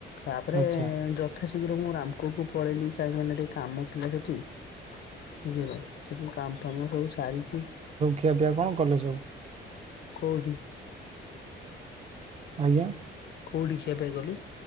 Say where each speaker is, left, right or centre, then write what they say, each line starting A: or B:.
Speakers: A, on the left; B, on the right.
A: ତାପରେ
B: ଆଚ୍ଛା
A: ଯ ଯଥା ଶୀଘ୍ର ମୁଁ ରାମକୋକୁ ପଳେଇଲି କାହିଁକି ନା ଟିକେ କାମ ଥିଲା ସେଠି ବୁଝିଲେ। ସେଠୁ କାମ ଫାମ ସବୁ ସାରିକି
B: ଖିଆ ପିଆ କଣ କଲେ ସବୁ।
A: କୋଉଠି?
B: ଆଜ୍ଞା।
A: କୋଉଠି ଖିଆ ପିଆ ଗଲୁ।